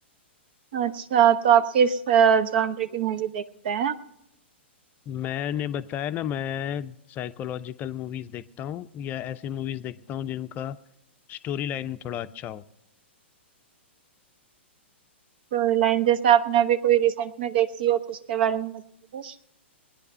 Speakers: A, on the right; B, on the left.
A: अच्छा तो आप किस जॉनर की मूवी देखते हैं
B: मैंने बताया ना मैं साइकोलॉजिकल मूवीज देखता हूँ या ऐसी मूवीज देखता हूँ जिनका स्टोरी लाइन थोड़ा अच्छा हो
A: तो लाइन जैसे आपने अभी कोई रिसेंट में देखी हो तो उसके बारे में बताइए